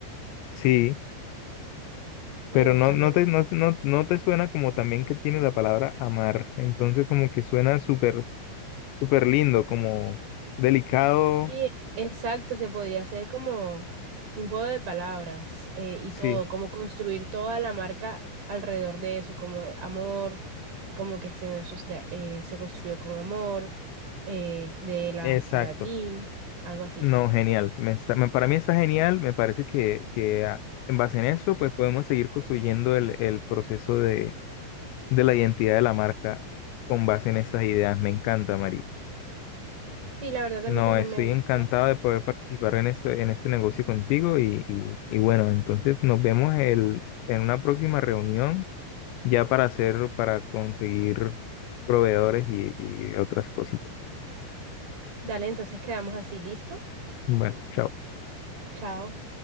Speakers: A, on the left; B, on the right.
A: Sí,
B: Me
A: pero
B: gusta,
A: no, no
B: me gusta.
A: te, no, no, no te suena como también que tiene la palabra amar. Entonces como que suena súper Súper lindo, como delicado.
B: Y exacto, se podría hacer como un juego de palabras eh, y
A: Sí,
B: todo, como construir toda la marca alrededor de eso, como de amor, como que este, no se, eh, se construyó con amor, eh, de Ela
A: exacto.
B: para ti, algo así.
A: No, genial. Me está- me- para mí está genial. Me parece que, que ah, en base en eso, pues podemos seguir construyendo el, el proceso de, de la identidad de la marca con base en estas ideas. Me encanta, María.
B: Sí, la verdad
A: No,
B: a mí también
A: estoy
B: me gusta.
A: encantado de poder participar en esto, en este negocio contigo y, y, y bueno, entonces nos vemos el, en una próxima reunión ya para hacer, para conseguir proveedores y, y otras cositas.
B: Dale, entonces quedamos así, ¿listo?
A: Bueno, chao.
B: Chao.